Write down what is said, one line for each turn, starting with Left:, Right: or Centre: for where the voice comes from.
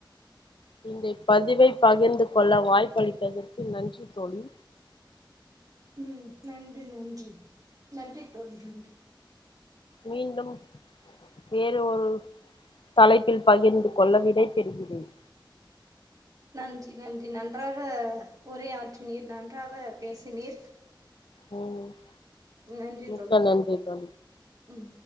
Left: இந்தப் பதிவை பகிர்ந்து கொள்ள வாய்ப்பளித்ததற்கு நன்றி தோழி
Right: ம் நன்றி நன்றி நன்றி தோழி நன்றி
Left: மீண்டும் வேறு ஒரு தலைப்பில் பகிர்ந்து கொள்ள விடைபெறுகிறேன்
Right: நன்றி நன்றி நன்றாக உரையாற்றினீர் நன்றாகப் பேசினீர்
Left: ம்
Right: நன்றி
Left: மிக்க
Right: தோழி
Left: நன்றி தோழி
Right: ம்